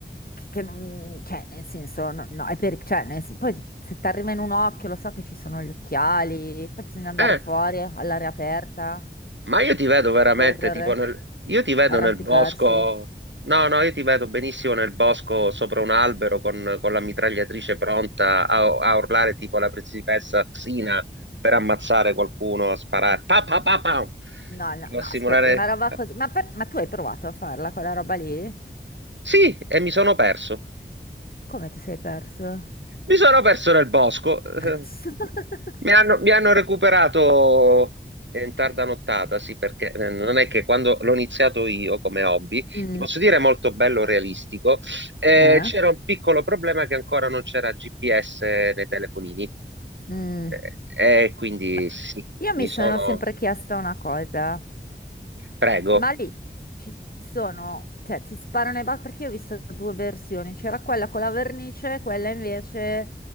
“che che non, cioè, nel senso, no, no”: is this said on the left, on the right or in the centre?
Left